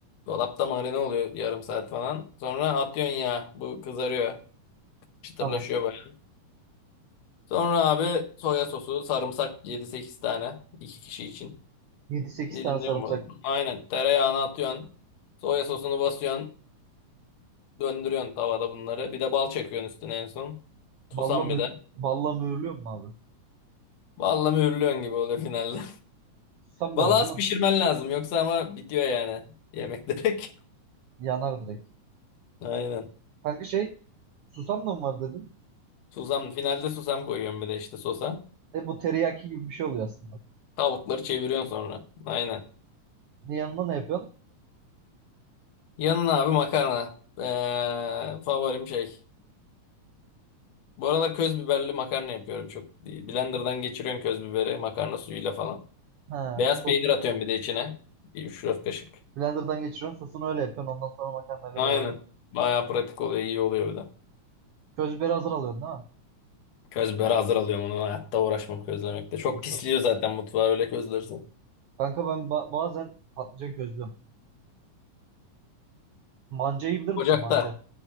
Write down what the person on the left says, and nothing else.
Dolapta marine oluyor yarım saat falan. Sonra atıyorsun yağa. Bu kızarıyor. Çıtırlaşıyor
böyle. Sonra abi soya sosu, sarımsak yedi sekiz tane. iki kişi için.
Dilimliyorum
bunu. Aynen tereyağını atıyorsun. Soya sosunu basıyorsun. Döndürüyorsun tavada bunları. Bir de bal çekiyorsun üstüne en son. Susam
bir de.
Vallahi mühürlüyorsun gibi oluyor finalde.
Balığı
az
pişirmen lazım yoksa ama bitiyor yani yemek direkt.
<laughs> Aynen.
Susam finalde susam koyuyorum bir de işte sosa.
Tavukları çeviriyorsun sonra. Aynen.
Yanına abi makarna. Ee, favorim şey. Bu aralar köz biberli makarna yapıyorum çok. Blender'dan geçiriyorum köz biberi makarna suyuyla falan.
Beyaz
peynir atıyorum bir de içine. Bir 3-4 kaşık.
Aynen.
Bayağı pratik oluyor, iyi oluyor bir de.
Köz biberi hazır alıyorum onu. Hayatta uğraşmam közlemekte. Çok
pisliyor zaten mutfağı öyle közlersin.
Ocakta.